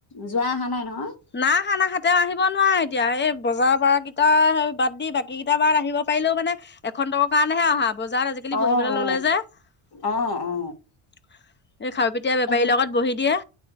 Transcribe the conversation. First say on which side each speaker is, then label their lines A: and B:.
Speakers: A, on the left (about 50°); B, on the left (about 20°).
A: যোৱা আহা নাই নহয়?
B: নাই আহা, নাই আহা, তেওঁ আহিব নোৱাৰে এতিয়া, এই বজাৰ বাৰ কেইটা বাদ দি বাকী এইকেইটা বাৰট আহিব পাৰিলেও মানে এখন <unintelligible> কাৰণেহে অহা। বজাৰত আজিকালি
A: অ
B: বহিবলৈ
A: অ
B: ললে যে। এই
A: অ অ
B: খাৰুপেটীয়া বেপাৰীৰ
A: হেৰি
B: লগত বহি দিয়ে।